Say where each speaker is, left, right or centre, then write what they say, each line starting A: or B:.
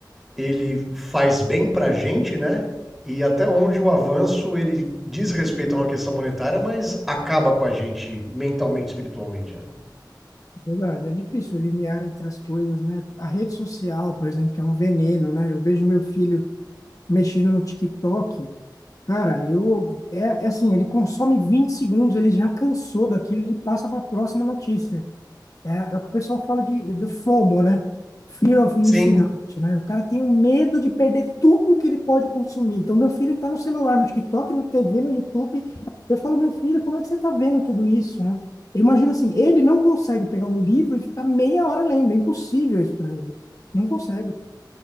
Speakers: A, in the centre; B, on the left.
A: ele faz bem para a gente, né? E até onde o avanço ele diz respeito a uma questão monetária, mas acaba com a gente mentalmente, espiritualmente, né?
B: verdade, é difícil o limiar entre as coisas, né? A rede social, por exemplo, que é um veneno, né? Eu vejo meu filho mexendo no TikTok, cara, eu é, é assim, ele consome 20 segundos, ele já cansou daquilo, ele passa para a próxima notícia. É, é o que o pessoal fala de, do FOMO, né? Fear of missing
A: Sim.
B: out, né? O cara tem um medo de perder tudo que ele pode consumir. Então, meu filho está no celular, no TikTok, no TV, no YouTube, eu falo, meu filho, como é que você está vendo tudo isso, né? Eu imagino assim, ele não consegue pegar um livro e ficar meia hora lendo. É impossível isso para ele. Não consegue.